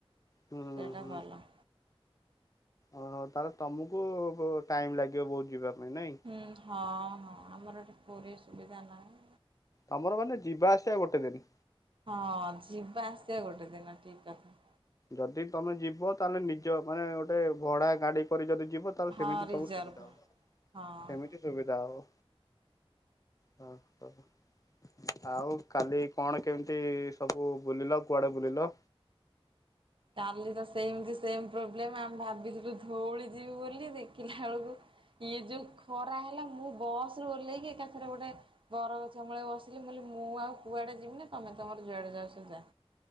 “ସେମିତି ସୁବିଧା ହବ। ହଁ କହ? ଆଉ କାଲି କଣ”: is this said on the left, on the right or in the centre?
Left